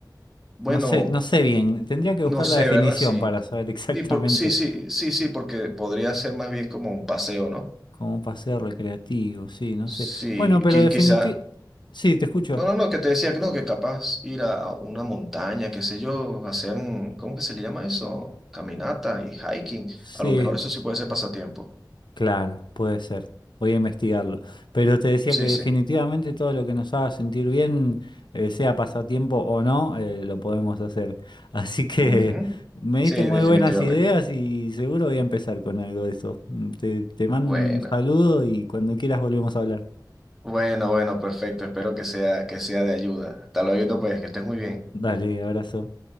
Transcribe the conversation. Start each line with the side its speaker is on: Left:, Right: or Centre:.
Centre: Bueno,
Left: No sé, no sé bien, tendría que
Centre: no
Left: buscar
Centre: sé,
Left: la definición
Centre: ¿verdad? Sí,
Left: para saber <laughs> exactamente
Centre: sí, por- sí, sí, sí, sí, porque podría ser más bien como un paseo, ¿no?
Left: cómo un paseo recreativo, sí, no sé.
Centre: Sí,
Left: Bueno, pero
Centre: qui-
Left: definitivamente...
Centre: quizá,
Left: Sí, te escucho.
Centre: No, no, no, que te decía que no, que capaz ir a a una montaña, qué sé yo, hacer, un- ¿cómo que se le llama eso? Caminata y hiking.
Left: Sí,
Centre: A lo mejor eso sí puede ser pasatiempo.
Left: claro, puede ser. Voy a investigarlo. Pero te decía
Centre: Sí,
Left: que
Centre: sí.
Left: definitivamente todo lo que nos haga sentir bien, eh, sea pasatiempo o no, eh, lo podemos hacer. <laughs> Así que
Centre: Ujú.
Left: me diste
Centre: Sí,
Left: muy
Centre: definitivamente.
Left: buenas ideas y seguro voy a empezar con algo de eso. Mm, Te, te mando
Centre: Bueno,
Left: un saludo y cuando quieras volvemos a hablar.
Centre: bueno, bueno, perfecto. Espero que sea, que sea de ayuda. Hasta luego, pues, que estés muy bien.
Left: Dale, abrazo.